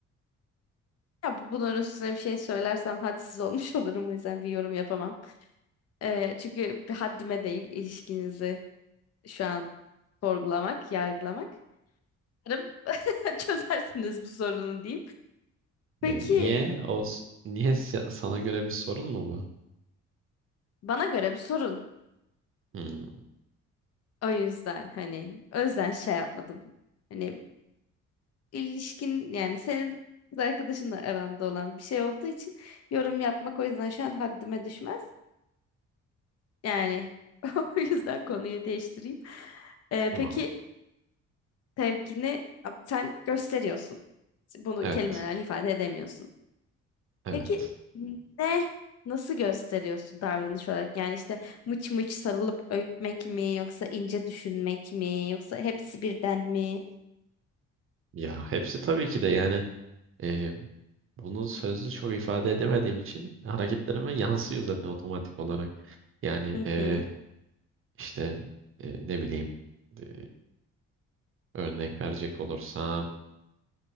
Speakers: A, on the left; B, on the right.
A: Ya bu, bunun üstüne bir şey söylersem hadsiz olmuş <laughs> olurum o yüzden bir yorum yapamam. Ee, çünkü bir haddime değil ilişkinizi şu an sorgulamak, yargılamak. Umarım <laughs> çözersiniz bu sorunu diyeyim. Peki
B: Ee, niye? O s- niye se- sana göre bir sorun mu bu?
A: bana göre bir sorun.
B: Hmm,
A: O yüzden hani o yüzden şey yapmadım. Hani ilişkin yani senin kız arkadaşınla aranda olan bir şey olduğu için yorum yapmak o yüzden şu an haddime düşmez. Yani <laughs> o yüzden konuyu değiştireyim. Ee,
B: tamam.
A: peki sevgini sen gösteriyorsun. Bunu
B: Evet.
A: kelimelerle ifade edemiyorsun.
B: Evet.
A: Peki ne nasıl gösteriyorsun davranış olarak? Yani işte mıç mıç sarılıp öpmek mi yoksa ince düşünmek mi yoksa hepsi birden mi?
B: Ya hepsi tabii ki de yani e, bunu sözlü çok ifade edemediğim için hareketlerime yansıyor zaten otomatik olarak. Yani
A: Hı
B: e,
A: hı.
B: işte e, ne bileyim e, örnek verecek olursam